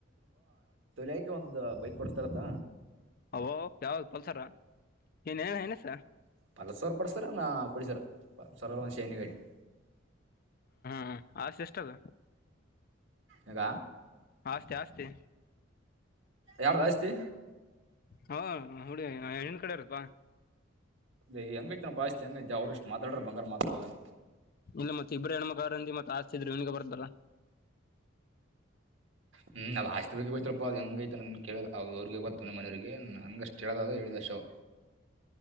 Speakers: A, on the right (about 70°); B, on the left (about 45°).
A: ಲೆಟ್ ಒಂದ್ ಬೈಕ್ ಕೊಡ್ಸ್ತಾರಂತ?
B: ಅವ ಯಾವದ ಪಲ್ಸರ? ಏನೇನ ಏನಸ
A: ಪಲ್ಸರ್ ಕೊಡ್ಸಾರ ಏನ್ ಬೈಜರ್ ಪಲ್ಸರ್ ಒಂದ ಶೈನಿ ಗಾಡಿ <inaudible>
B: ಹ ಹಾ ಸಿಸ್ಟರ್?
A: ಈಗ?
B: ಆಸ್ತಿ ಆಸ್ತಿ
A: ಯಾರ್ದ ಆಸ್ತಿ
B: ಹಾ ಹುಡುಗಿ ಹೆಣ್ಣಿನ ಕಡೆವರ ಪ್ಪಾ?
A: ಏ ಹೆಂಗೈತಪ್ಪಾ ಆಸ್ತಿ ಹೆಂಗೈತೆ ಅವ್ರ ಇಷ್ಟ್ ಮಾತಾಡ್ರ ಬಂಗಾರ ಮಾತಾಡ್ದಂಗ
B: ಇಲ್ಲ ಮತ್ತೆ ಇಬ್ಬರು ಹೆಣ್ಮಕ್ಳು ಅದರ ಅಂದಿ ಮತ್ತ ಆಸ್ತಿ ಇದ್ರ ಇವನಿಗೂ ಬರತಲ್ಲ.
A: ಹು ಅದ ಆಸ್ತಿ ಬಗ್ಗೆ ಗೋತ್ತಿಲ್ಪ ಅದ ಹೆಂಗೈಐತಂತ ಕೇಳಿಲ್ಲ ಅವರದ ಅವರಗೆ ಗೊತ್ತು ನಮ್ಮ ಮನಯವರಿಗೆ. ನನ್ಗಷ್ಟು ಹೇಳಗದಾ ಹೇಳಿದ ಶವ